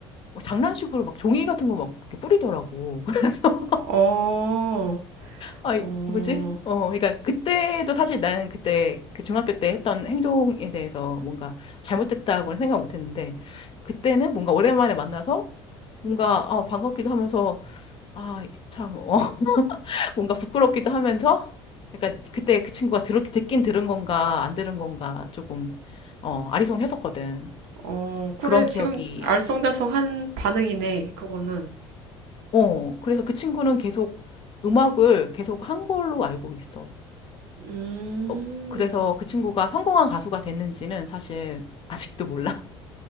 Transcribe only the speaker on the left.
막 장난식으로 막 종이 같은 거 막 뿌리더라고. <laughs> 그래서
아이
뭐지? 어, 그러니까 그때도 사실 나는 그때 그 중학교 때 했던 행동에 대해서 뭔가 잘못됐다고는 생각 못 했는데 그때는 뭔가 오랜만에 만나서 뭔가 아, 반갑기도 하면서 아, 참 어. 뭔가 부끄럽기도 하면서 약간 그때 그 친구가 들, 듣긴 들은 건가 안 들은 건가 조금 어, 아리송했었거든.
그런 기억이.
어, 그래서 그 친구는 계속 음악을 계속 한 걸로 알고 있어.
어, 그래서 그 친구가 성공한 가수가 됐는지는 사실 아직도 몰라.